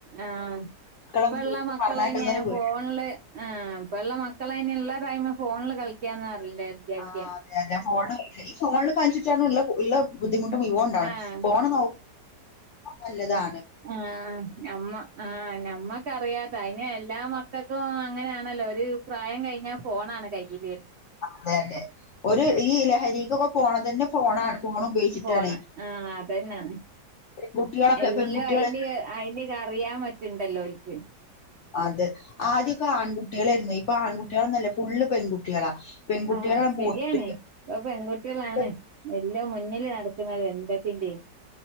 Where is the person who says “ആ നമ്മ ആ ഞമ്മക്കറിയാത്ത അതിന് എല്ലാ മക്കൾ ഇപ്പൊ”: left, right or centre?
Right